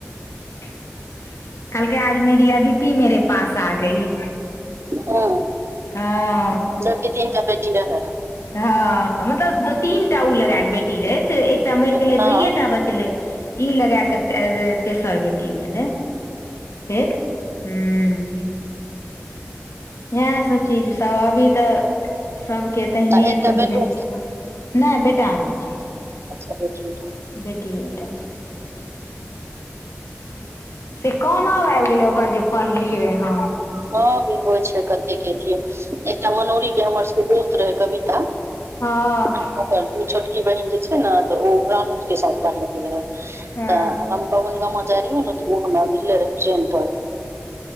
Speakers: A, on the left; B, on the right.
A: कहलके आज मेरी अदिति मेे पास आ गई।
B: हँ।
A: हाँ।
B: तननकटा बेैटी ल है।
A: हँ मतलब दु तीन टा ओ लगाक बेटी रहै, एकटा मरि
B: हँ
A: गेलै
B: आ
A: दुइए टा बचले। बचल ई लगा क तेसर बेटी भेलै। फेर हुं। इहै सब चीज सब अभी तऽ। सभके तहिने
B: एकटा
A: अथी
B: बेटो
A: छै, नहि बेटा नहि छैय।
B: आबे छी।
A: बेटीये टा छै। से कोनाब आबि गेलै ओकर जे पढ़लियै हँ।
B: हँ इहो छै, कतेक अथी एकटा मनोरीक के हमर सभक दोस्त रहै कविता।
A: हँ।
B: ओकर छोटकी बहिन जे छै, ने तऽ ओ रानु के साथ पढ़लक रहे
A: हँ
B: तऽ। हम बवन गामा जाइ रहियौ, ने तऽ ओ हमरा मिलले रहय ट्रेन पर।